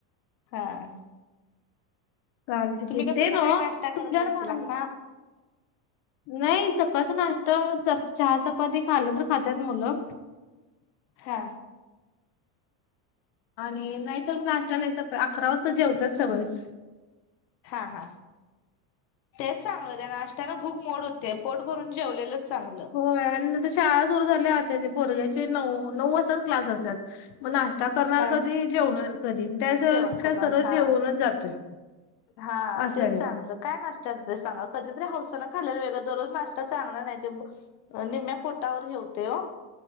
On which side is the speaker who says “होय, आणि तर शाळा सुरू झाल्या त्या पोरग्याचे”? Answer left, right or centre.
Left